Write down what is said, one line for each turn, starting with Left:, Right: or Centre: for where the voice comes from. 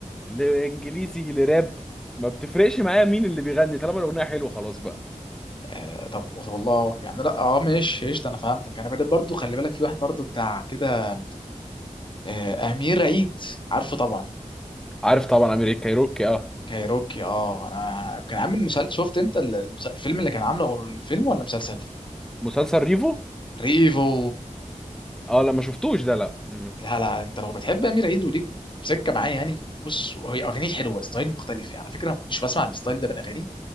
Centre: لانجليزي لراب ما بتفرقش معايا مين اللي بيغني طالما الاغنيه حلوه خلاص بقى
Left: آه طب والله يعني لا اه ماشي قشطه انا فهمتك انا بدأت برضو خلي بالك في واحد برضو بتاع كده آه امير عيد عارفه طبعا
Centre: عارف طبعا امير الكايروكي اه
Left: كايروكي اه انا كان عامل مسلسل شفت انت ال- المس- الفيلم اللي كان عامله أو الفيلم ولا مسلسل
Centre: مسلسل ريفو
Left: ريفو
Centre: اه لا ما شفتوش ده لا مم.
Left: لا لا انت لو بتحب امير عيد وليك سكه معاه يعني بص هي اغانيه حلوه ستايل مختلف يعني على فكره انا ما كنتش بسمع الستايل ده من اغانيه